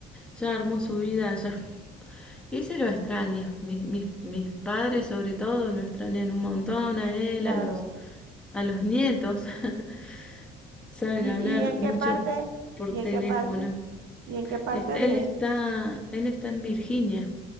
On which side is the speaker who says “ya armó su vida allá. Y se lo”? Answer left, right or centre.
Centre